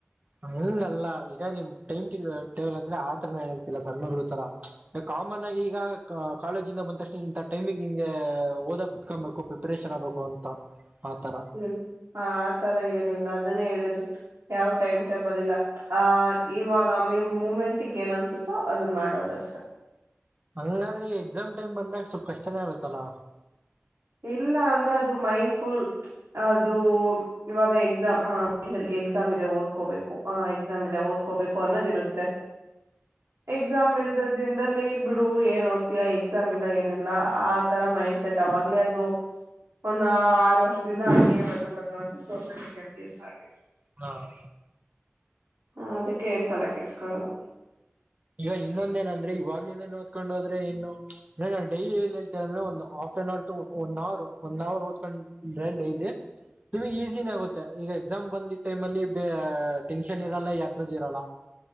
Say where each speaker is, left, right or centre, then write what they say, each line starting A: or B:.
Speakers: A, on the right; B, on the right.
A: ಅಂಗ ಅಲ್ಲ ಈಗ ನಿಮ್ ಟೈಮ್ ಟೇಬಲ್ ಅಂದ್ರೆ ಆತರನ ಹೇಳ್ತಿಲ್ಲ. ಸಣ್ಣ ಹುಡುಗರತರ ಕಾಮನ್ ಆಗಿ ಈಗ ಕಾಲೇಜಿಂದ ಬಂದಕ್ಷಣ ಇಂಥ ಟೈಮಿಗೆ ಹಿಂಗೆ ಓದ ಕುತ್ಕೊಬೇಕು ಪ್ರಿಪರೇಷನ್ ಆಗ್ಬೇಕು ಅಂತ. ಆತರ
B: ಹ್ಮ್, ಹ ಆ ತರ ಏನು ಇಲ್ಲ ಅದನ್ನೇ ಹೇಳುದು. ಯಾವ್ ಟೈಮ್ ಟೇಬಲ್ ಇಲ್ಲ. ಹ ಇವಾಗಮ್ಮ <unintelligible> ಮೂಮೆಂಟಿಗೆ ಏನ್ ಅನ್ಸುತ್ತೋ ಅದನ್ ಮಾಡೋದಷ್ಟೆ.
A: ಅಲ್ಲಾದ್ರೆ ಎಕ್ಸಾಮ್ ಟೈಮ್ ಬಂದಾಗ ಸ್ವಲ್ಪ ಕಷ್ಟನೇ ಇರುತ್ತಲ್ಲಾ,
B: ಇಲ್ಲ ಅಂದ್ರೆ ಅದು ಮೈಂಡ್ ಫುಲ್ ಅದು, ಇವಾಗ ಎಕ್ಸಾಮ್ ಆ ಮೈಂಡಲ್ಲಿ ಎಕ್ಸಾಮ್ ಇದೆ ಓದ್ಕೋಬೇಕು. ಹ ಎಕ್ಸಾಮ್ ಇದೆ ಓದ್ಕೋಬೇಕು ಅನ್ನೋದ್ ಇರುತ್ತೆ. ಎಗಜಾಮ ಮಲ್ದ ದಿನದ <unintelligible> ಬಿಡು ಏನ್ ಓದ್ತೀಯಾ ಎಕ್ಸಾಮ್ ಇಲ್ಲ ಏನಿಲ್ಲ ಆ ತರ ಮೈಂಡ್ ಸೆಟ್ ಅವಾಗ್ಲೇ, - ಒಂದು ಆರು ವರ್ಷ, - ಿನ ಬಂದು ಬಂದುಂದ ನಗೆ್ಯಾಪ ಆಗ <unintelligible>
A: ಹ್ಮ್
B: ಹ, ಅದಕ್ಕೆ ಎನತಲೆ ಕೆಟ್ಸ್ಕೊಳ್ಳಲ್ಲ.
A: ಈಗ ಇನ್ನೊಂದ ಏನಂದ್ರೆ ಇವಾಗ್ಲ ಓದ್ಕೊಂಡ ಹೋದ್ರೆ, ಇನ್ನು ಅಂದ್ರೆ ನ ಡೈಲಿ ಏನ್ ಹೇಳ್ತೇನೆ ಅಂದ್ರೆ ಒ half an hour to one hour one hour ಓದ್ಕೊಂಡ್ರೆ ಡೈಲಿ ನಿಮ ಈಸಿನ ಆಗುತ್ತೆ. ಈಗ ಎಕ್ಸಾಮ್ ಬಂದಿದ್ದ ಟೈಮಲ್ಲಿ ಟೆನ್ಷನ್ ಇರಲ್ಲ ಯತಂದ ಇರಲ್ಲ.